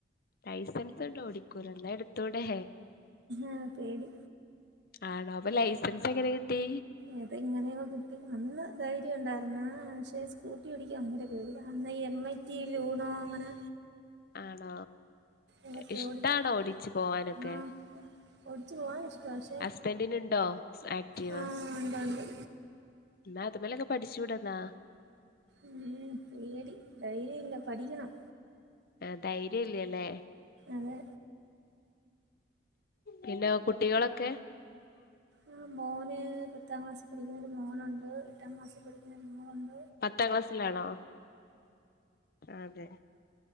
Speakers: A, on the left (about 55°); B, on the right (about 70°).
A: ലൈസൻസ്ണ്ട് ഓടിക്കൂല, ന്നാ എടുത്തൂടേ
B: ആ പേടി
A: ആണോ അപ്പൊ ലൈസൻസെങ്ങനെ കിട്ടി
B: ഏതെങ്ങനെയോ കിട്ടി അന്ന് ധൈര്യം ഉണ്ടായിരുന്ന്, പക്ഷേ സ്കൂട്ടി ഓടിക്കാൻ ഭയങ്കര പേടി, അന്നീ എം ഐ- <unintelligible> അങ്ങനെ
A: ആണോ
B: ഏതൊക്കെ
A: ഇഷ്ടാണോടിച്ച്
B: ഓടിക്കും.
A: പോവാനൊക്കെ
B: ആ ഓടിച്ചു പോകാൻ ഇഷ്ടമാണ്. പക്ഷേ
A: ഹസ് ബന്റിനുണ്ടോ ആക്റ്റീവ,
B: ആ ഉണ്ട് ഉണ്ട്.
A: ന്നാ അത് മ്മലൊക്കെ പഠിച്ചൂടെന്നാ
B: ഉം പേടി ധൈര്യല്ല പഠിക്കണം
A: ഏ ധൈര്യല്യ ലേ
B: അതെ
A: പിന്നെ കുട്ടികളെക്കെ
B: ആ മോന് പത്താം ക്ലാസ്സി പഠിക്കുന്നൊരു മോനൊണ്ട് എട്ടാം ക്ലാസ്സിൽ പഠിക്കുന്ന മോളൊണ്ട്.
A: പത്താം ക്ലാസ്സിലാണോ അതെ